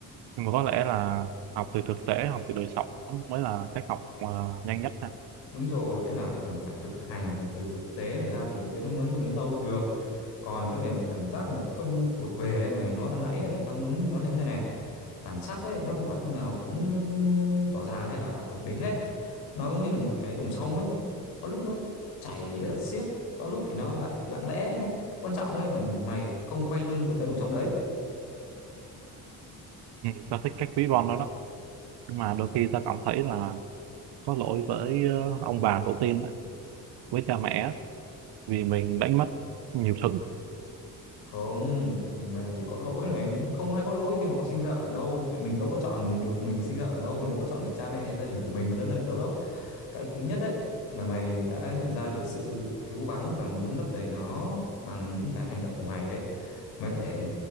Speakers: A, on the right; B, on the left.
A: nhưng mà có lẽ là học từ thực tế học từ đời sống mới là cách học ờ, nhanh nhất ha
B: đúng rồi, cái nào thì còn phải thực hành, phải từ thực tế mà ra thì lúc đấy nó mới nhớ lâu được. Còn cái về mà cảm giác mà không thuộc về ấy mà mày nói ban nãy, ấy, tao muốn nói thêm này này. bản sắc ấy nó không phải lúc nào cũng rõ ràng hay là ổn định hết nó giống như là một cái dòng sông ấy có lúc nó chảy rất là xiết có lúc thì nó lại lặng lẽ đấy quan trọng ấy là mày không quay lưng với cái dòng sông đấy
A: ừ, ta thích cách ví von đó đó nhưng mà đôi khi ta cảm thấy là có lỗi với ờ, ông bà tổ tiên đó, với cha mẹ á, vì mình đánh mất nhiều thứ
B: Không, mày làm gì có lỗi này, không ai có lỗi khi mà họ sinh ra ở đâu. Vậy mình đâu có chọn được mình sinh ra ở đâu, mình đâu có chọn được cha mẹ hay gia đình của mình lớn lên ở đâu đâu. Cái quý nhất đấy là mày đã nhận ra được sự thiếu vắng và muốn lấp đầy nó bằng những cái hành động của mày đấy. Mày có thể